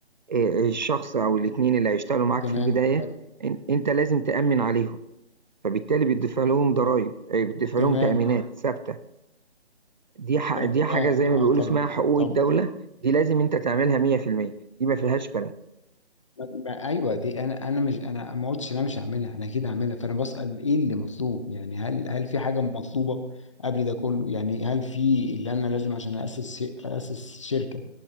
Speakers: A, on the right; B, on the left.
A: إيه، الشخص او الاتنين اللي هيشتغلوا معاك
B: تمام
A: في البدايه
B: حلو.
A: إن- انت لازم تامن عليهم فبالتالي بتدفع لهم ضرائب إيه، بتدفع
B: تمام
A: لهم تامينات ثابته دي ح-
B: تمام
A: دي حاجه زي ما بيقولوا
B: اه طبعا
A: اسمها حقوق
B: طبعا
A: الدوله دي لازم انت تعملها 100% دي ما فيهاش كلام
B: ما ما- ايوه دي انا انا مش انا ما قلتش إن انا مش هعملها انا اكيد هعملها فانا بسأل ايه اللي مطلوب يعني هل هل في حاجه مطلوبه قبل ده كله يعني هل في اللي انا لازم عشان اسس ش- اسس شركه